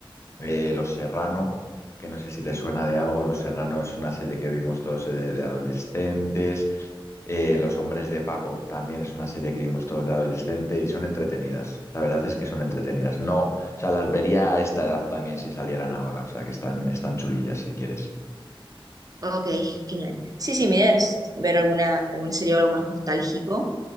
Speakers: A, on the left; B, on the right.
A: eh, Los Serrano, que no sé si te suena de algo. Los Serrano es una serie que vimos todos eh, de, de adolescentes. Eh, Los Hombres de Paco también es una serie que vimos todos de adolescente y son entretenidas. La verdad es que son entretenidas. No, o sea, las vería a esta edad también si salieran ahora. O sea, que están, están chulillas si quieres.
B: Ok, genial. Sí, sí, mi idea es ver alguna, alguna serie o algo más nostálgico.